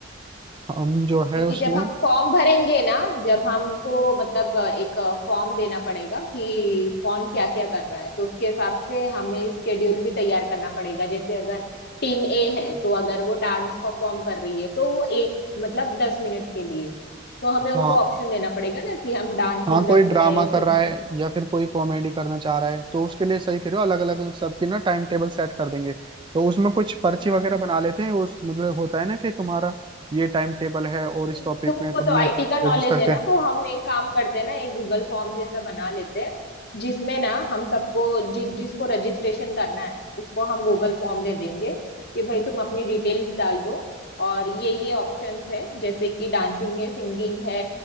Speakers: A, on the right; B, on the left.
A: हम जो है
B: क्योंकि
A: उसमें
B: जब हम फॉर्म भरेंगे ना जब हमको मतलब एक फॉर्म देना पड़ेगा कि कौन क्या क्या कर रहा है तो उसके हिसाब से हमें स्केड्यूल भी तैयार करना पड़ेगा जैसे अगर टीम ए है तो अगर वो डांस परफॉर्म कर रही है तो वो एक मतलब दस मिनट के लिए तो हमें उनको
A: हाँ
B: ऑप्शन देना पड़ेगा ना कि हम डांसिंग
A: हाँ कोई
B: रखे
A: ड्रामा
B: रहे
A: कर
B: सिंगिंग
A: रहा है या फिर कोई कॉमेडी करना चाह रहा है तो उसके लिए सही कह रहे हो अलग अलग सबकी ना टाइम टेबल सेट कर देंगे तो उसमें कुछ पर्ची
B: यस
A: वगैरह बना लेते हैं उस मतलब होता है ना कि तुम्हारा ये टाइम टेबल है और
B: हम्म,
A: इस टॉपिक
B: तुमको
A: में तुमने
B: तो आईटी का नॉलेज
A: रजिस्टर
B: है
A: किया
B: ना
A: है।
B: तो हम एक काम करते हैं ना एक गूगल फॉर्म जैसा बना लेते हैं जिसमें ना हम सबको जि, जिसको रजिस्ट्रेशन करना है उसको हम गूगल फॉर्म दे देंगे कि भाई तुम अपनी डिटेल्स डाल दो और ये ये ऑप्शंस है जैसे कि डांसिंग है सिंगिंग है